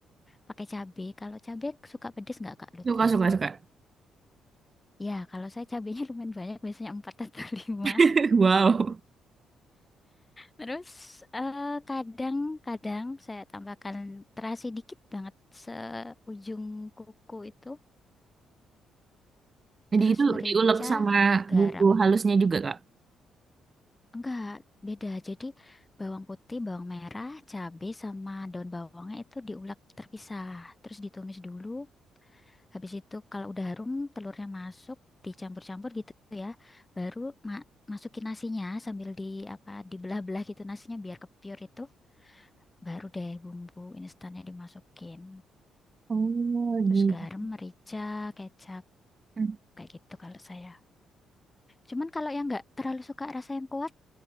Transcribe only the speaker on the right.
Suka, suka, suka.
<laughs> Wow.
Jadi
itu
diulek sama
bumbu halusnya juga, Kak.
Oh
gitu.
Hmm.